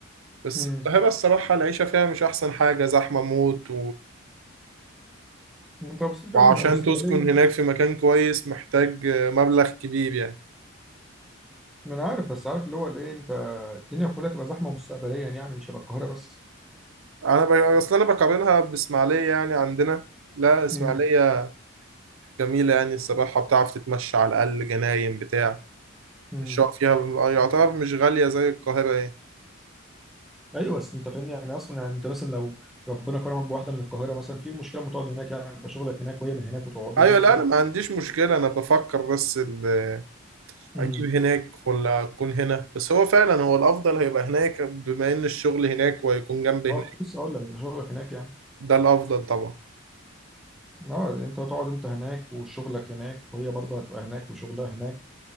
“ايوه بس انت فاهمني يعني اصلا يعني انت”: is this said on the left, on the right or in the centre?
Centre